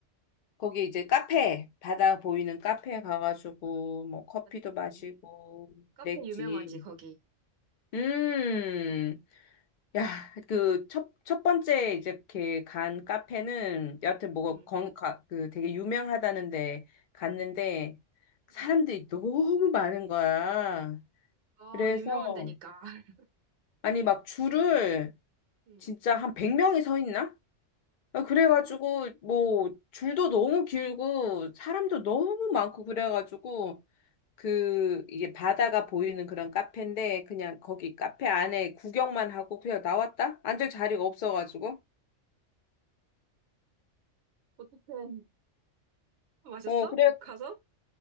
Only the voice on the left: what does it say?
거기 이제 카페 바다 보이는 카페 가가지고 뭐 커피도
마시고
그랬지.
음. 야, 그, 첫, 첫 번째, 이제, 이렇게 간 카페는, 여하튼, 뭐,
건, 가, 그, 되게 유명하다는데, 갔는데, 사람들이
너무 많은 거야.
그래서,
아니, 막, 줄을,
진짜 한 100명이 서 있나? 아, 그래가지고,
뭐, 줄도 너무 길고, 사람도 너무 많고, 그래가지고, 그 이게 바다가 보이는 그런 카페인데 그냥 거기 카페 안에 구경만 하고 그냥 나왔다? 앉을 자리가 없어가지고.
어, 그래.